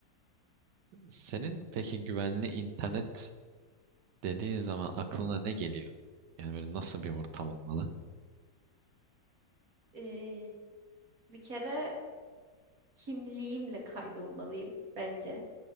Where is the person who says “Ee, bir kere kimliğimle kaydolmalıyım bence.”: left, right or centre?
Right